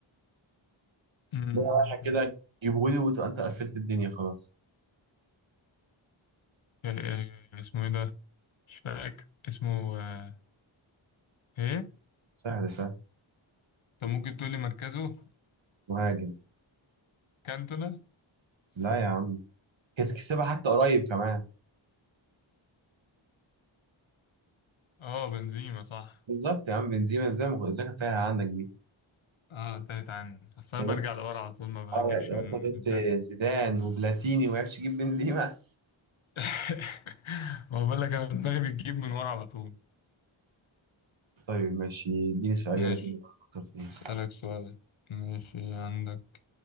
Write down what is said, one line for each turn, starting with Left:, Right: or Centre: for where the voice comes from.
Left: مم.
Right: لا رايحة كده جيبهولي وتبقى انت قفلت الدنيا خلاص
Left: آه، آه، اسمه ايه ده مش فاكر اسمه آه، ايه
Right: سهل سهل
Left: طب ممكن تقول لي مركزه
Right: مهاجم
Left: كانتونا
Right: لا يا عم كس- كسبها حتى قريب كمان
Left: اه بنزيما صح
Right: بالظبط يا عم بنزيما ازاي مغ- ازاي كانت تايهة عندك دي
Left: اه تالت عني اصل انا
Right: يعني
Left: برجع
Right: انت
Left: لورا على طول ما
Right: اه
Left: بجيبش
Right: يعني
Left: من
Right: انت جبت
Left: قدام
Right: زيدان وبلاتيني وما عرفتش تجيب بنزيما
Left: <laughs> ما بقول لك انا دماغي بتجيب من ورا على طول
Right: طيب ماشي اديني سؤال
Left: ماشي
Right: يلا كده افكر فيه
Left: اسالك سؤال ماشي عندك